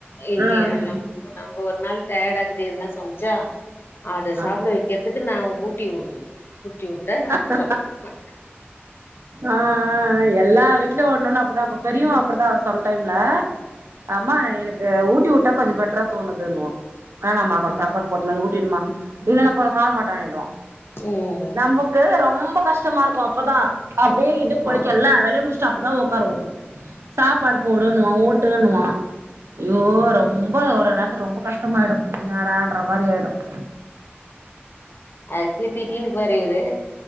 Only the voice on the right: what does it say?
ஆ
ஆ
ஆ
ஆ எல்லா வீட்லு ஒன்னொன்னு அப்டிதா இக்கு பெரியவ
அப்டிதா சம்டைம் ல அம்மா எனக்கு ஊட்டி வுட்டா கொஞ்ச பெட்ரா தோணுதுனுவா வேணாமா கொஞ்ச சாப்பாடு போட்டுனு வந்து ஊட்டிவிடுமா இல்லனா போ நா சாப்ப மாட்டேனிடுவா
நமக்கு ரொம்ப கஷ்டமாருக்கு அப்பதா அப்டியே இடுப்பு வலிக்கு
எல்லா வேலையு முஸ்டு அப்பதா ஒக்காருவோ சாப்பாடு போடுணுவா ஊட்டுணுவா ஐயோ ரொம்ப ஒரு நேரத்துக்கு ரொம்ப கஷ்டமாய்டு என்னாடான்ற மாரியாய்டு <inaudible>